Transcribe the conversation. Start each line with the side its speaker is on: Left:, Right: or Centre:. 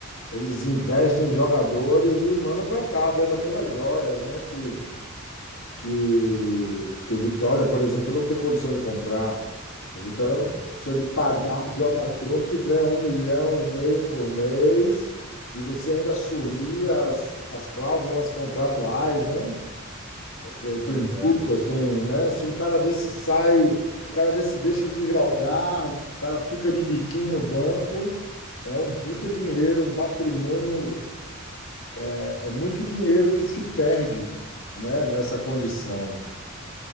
Left: eles investem em jogadores e mandam para cá verdadeiras joias, né? Que, que, que o Vitória, por exemplo, não tem condição de comprar. O Vitória
Centre: Uhum.
Left: não tem condição de pagar um jogador que ganha um milhão e meio por mês e você ainda assumir as, as cláusulas contratuais, né? Eh, Tem
Centre: Pois é.
Left: putas, tem, né? Se um cara desse sai, o cara desse deixa de jogar, o cara fica de biquinho no banco, é um puta dinheiro, um patrimônio, é, é muito dinheiro que se perde, né? Nessa condição.